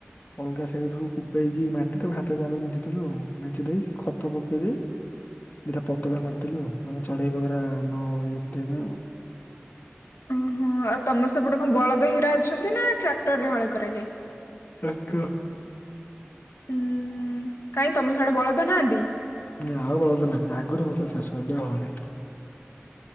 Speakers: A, on the left; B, on the left.
A: ଅଲଗା ସାଇଡ ରୁ କୁପେଇକି ମାଟି ତାକୁ ହାତରେ ଦାବିଦେଇ ବିଞ୍ଚିଥିଲୁ ବିଞ୍ଚି ଦେଇକି ଖତ ପକେଇ ଦେଇ ଦିଟା ପତାକା ମାରିଥିଲୁ ମାନେ ଚଢେଇ ବଗରା ନ ଇଏ କରିବା ପାଇଁ ଆଉ।
B: ଓହୋ ଆଉ ତମ ସେପଟେ କଣ ବଳଦ ହେରିକା ଅଛନ୍ତି ନା ଟ୍ରାକ୍ଟରରେ ହଳ କରାଯାଏ।
A: ଟ୍ରାକ୍ଟର।
B: ହୁଁ କାଇଁ ତମ ସିଆଡେ ବଳଦ ନାହାନ୍ତି ।
A: ଆଉ ବଳଦ ନାହାଁନ୍ତି ଆଗରୁ ହଉଥିଲା ଚାଷ ଏବେ ହଉନି ।